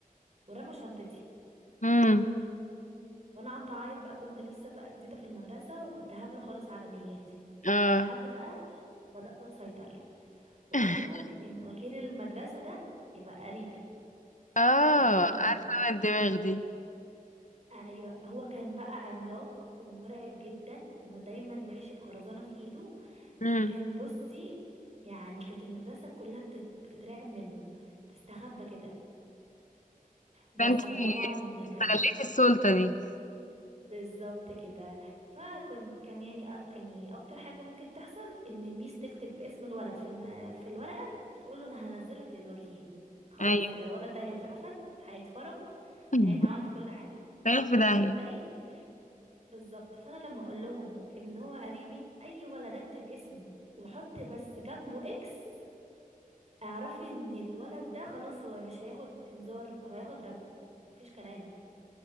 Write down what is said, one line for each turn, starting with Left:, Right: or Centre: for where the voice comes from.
Right: ورمى شنطتي
Left: امم
Right: وأنا قعدت أعيط بقى كنت لسه بقى جديدة في المدرسة وكنت هبلة خالص على نياتي
Left: اه
Right: لحد بقى وبدأت أسيطر وأقول
Left: <laughs>
Right: لهم إن وكيل المدرسة ده يبقى قريبي
Left: اه
Right: إن هو كان
Left: عارفة انا الدماغ دي
Right: أيوة هو كان بقى عملاق ومرعب جدا ودايما ماشي بخرزانة في إيده
Left: امم
Right: فكان بصي يعني كانت المدرسة كلها بتت- بتترعب منه تستخبى كده بس
Left: فانتي
Right: فطبعا
Left: استغليتي
Right: كان
Left: السلطة دي
Right: بالظبط كده فكان كان يعني أ- يعني اكتر حاجه ممكن تحصل ان الميس تكتب اسم الولد في الم... في الورقه وتقول له انا هنزلك للوكيل خلاص
Left: ايوه
Right: كده الولد ده هيترفض هيتفرم
Left: <laughs>
Right: هيتعمل في كل حاجه
Left: رايح في داهية
Right: صدقيني بالظبط فانا لما اقول لهم ان هو قريبي اي ولد اكتب اسمه واحط بس جنبه اكس اعرفي ان الولد ده خلاص هو مش هياخد انذار هو هياخد رفض مفيش كلام